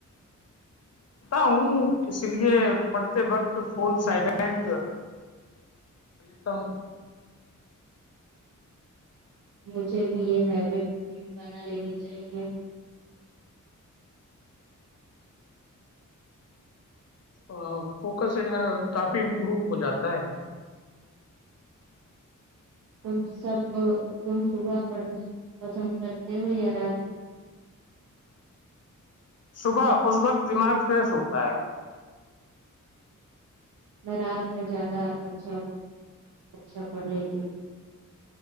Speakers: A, on the left; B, on the right.
A: ہوں اس لیے پڑھتے وقت فون سائلنٹ کرلیتا ہ
B: مجھے بھی یہ ہیبٹ بنا لینی چاہیے
A: ا فوکس کافی امپرو ہو جاتا ہے
B: تم سب تم صبح پڑھنا پسند کرتے ہو یا رات
A: صبح اس وقت دماغ فریش ہوتا ہے
B: میں رات میں زیادہ اچھا اچھا پڑھ لیتی ہ